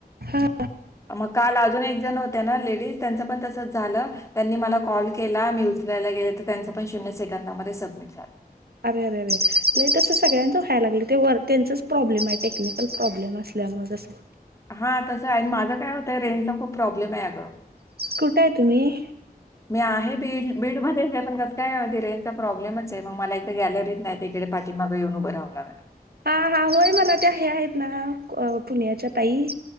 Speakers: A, on the right (about 75°); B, on the left (about 20°).
A: हा
B: मग काल अजूनही होत ना लेज त्यां पण तच झालं त्यांनी म कॉल केला मी उचयला गेले तर त्यां पण शून्य सेकंदा सबमट झालं
A: अरे अरे अरे लई तसं सगळ्यांच व्हायला लागलं ते वर त्यांचच प्रॉब्लेम आहे टेक्निकल प्रॉब्लेम असल्या मगसं
B: हा तसं आहे माझं काय होतंय रेंच खूप प्रॉब्लेम आहे अगं
A: कुठे आहे तुम्ही
B: मी आहे बीड बीड मध्येच आहे पण कसं कायण रेनचा प्रॉब्लेमच आहे मग मला एक गॅलरीत नाही तिकडे पाठीमागे येऊन उभं रावला मॅडम
A: हा हा होय मला ते हे आहेत ना पुण्याच्या ताई